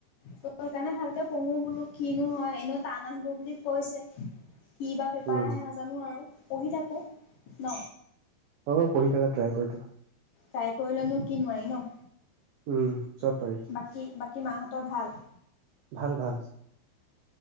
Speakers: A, on the left; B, on the right.
A: সেইকাৰণে ভাল ভালকে পঢ়ো বোলো কিনো হয় এনেও টান আহিব বুলি কৈছে। কি বা পেপাৰ
B: উম
A: আহে নাজানো আৰু পঢ়ি থাকোঁ ন।
B: অ পঢ়ি থাকা ট্ৰাই কৰি থাকা।
A: তাই কৰিলেনো কি নোৱাৰি ন
B: উম চব পাৰি
A: বাকী বাকী মাহঁতৰ ভাল
B: ভাল ভাল।